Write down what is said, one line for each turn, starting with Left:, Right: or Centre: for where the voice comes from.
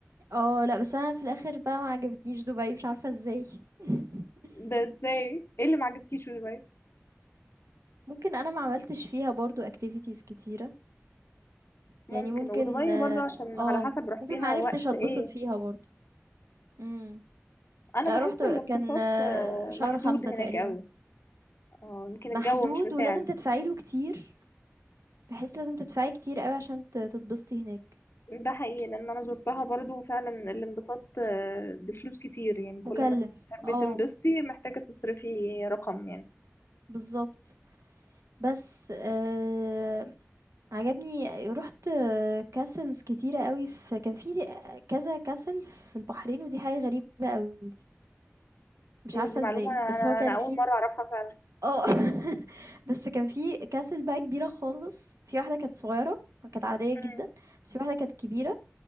Right: آه، لأ، بس أنا في الآخر بقى ما عجبتنيش دبي، مش عارفة إزاي. <laughs>
Left: ده ازاي ايه اللي معجبكيش في دبي
Right: ممكن أنا ما عملتش فيها برضه activities كتيرة،
Left: ممكن
Right: يعني ممكن
Left: ودبي
Right: آه،
Left: برضو عشان
Right: آه،
Left: على حسب رحتيها
Right: ممكن ما عرفتش
Left: وقت
Right: أتبسط
Left: ايه
Right: فيها برضه. إمم.
Left: انا
Right: لأ،
Left: بحس
Right: رُحت كان
Left: الانبساط
Right: آه،
Left: آه،
Right: شهر
Left: محدود
Right: 5
Left: هناك
Right: تقريبًا،
Left: قوي اه يمكن
Right: محدود
Left: الجو مش مساعد
Right: ولازم تدفعي له كتير، بحيث لازم تدفعي كتير أوي عشان ت تتبسطي هناك،
Left: ده حقيقي لان انا زرتها برضو فعلا الانبساط آه، بفلوس كتير يعني كل
Right: مُكلّف.
Left: ما تحبي
Right: آه،
Left: تنبسطي محتاجة تصرفي رقم يعني
Right: بالضبط. بس آآ عجبني رُحت castles كتيرة أوي في كان في كذا castle في البحرين ودي حاجة غريبة أوي، مش
Left: يعني
Right: عارفة
Left: دي معلومة
Right: إزاي،
Left: انا
Right: بس
Left: انا
Right: هو كان
Left: أنا اول
Right: في
Left: مرة اعرفها فعلا
Right: آه، <laughs> بس كان في castle بقى كبيرة خالص، في واحدة كانت صغيرة كانت عادية جدًا،
Left: امم
Right: بس في واحدة كانت كبيرة